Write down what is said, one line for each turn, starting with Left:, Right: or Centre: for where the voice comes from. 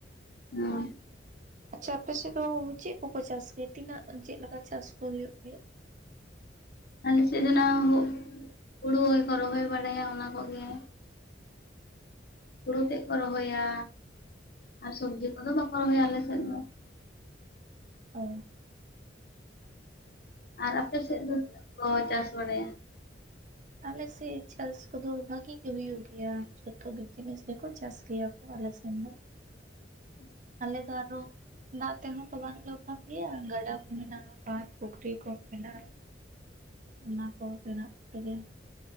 Left: ᱦᱩᱸ
Right: ᱟᱪᱪᱷᱟ ᱟᱯᱮ ᱥᱮᱫ ᱫᱚ ᱪᱮᱫ ᱠᱚᱠᱚ ᱪᱟᱥ ᱜᱮᱭᱟ ᱛᱤᱱᱟᱹᱜ ᱪᱮᱫ ᱞᱮᱠᱟ ᱪᱟᱥ ᱠᱚ ᱦᱩᱭᱩᱜ ᱜᱮᱭᱟ
Left: ᱟᱞᱮ ᱥᱮᱫ ᱫᱚ ᱱᱟᱜ ᱦᱩᱲᱩ ᱜᱮᱠᱚ ᱨᱚᱦᱚᱭ ᱵᱟᱲᱟᱭᱟ ᱚᱱᱟ ᱠᱚᱜᱮ ᱦᱳᱲᱩ ᱛᱮᱫ ᱠᱚ ᱨᱚᱦᱚᱭᱟ ᱟᱨ ᱥᱚᱵᱽᱡᱤ ᱠᱚᱫᱚ ᱵᱟᱠᱚ ᱨᱚᱦᱚᱭᱟ ᱟᱞᱮ ᱥᱮᱫ ᱫᱚ
Right: ᱚ
Left: ᱟᱨ ᱟᱯᱮ
Right: ᱥᱚᱵ
Left: ᱥᱮᱫ ᱫᱚ ᱪᱮᱫ ᱠᱚ ᱪᱟᱥ ᱵᱟᱲᱟᱭᱟ
Right: ᱟᱞᱮ ᱥᱮᱫ ᱪᱟᱥ ᱠᱚᱫᱚ ᱵᱷᱟᱹᱜᱤ ᱜᱮ ᱦᱩᱭᱩᱜ ᱜᱮᱭᱟ ᱡᱚᱛᱚ ᱜᱮ ᱡᱤᱱᱤᱥ ᱜᱮᱠᱚ ᱪᱟᱥ ᱜᱮᱭᱟ ᱠᱚ ᱟᱞᱮᱥᱮᱱ ᱫᱚ
Left: ᱦᱩᱸ
Right: ᱟᱞᱮ ᱫᱚ ᱟᱨᱚ ᱫᱟᱜ ᱛᱮᱦᱚᱸ ᱛᱚ ᱵᱟᱝᱞᱮ ᱚᱵᱷᱟᱵ ᱜᱮᱭᱟ ᱜᱟᱰᱟ ᱠᱚ ᱢᱮᱱᱟᱜᱼᱟ ᱵᱟᱸᱛ ᱯᱩᱠᱷᱨᱤ ᱠᱚ ᱢᱮᱱᱟᱜᱼᱟ ᱚᱱᱟ ᱠᱚ ᱨᱮᱱᱟᱜ ᱛᱮᱜᱮ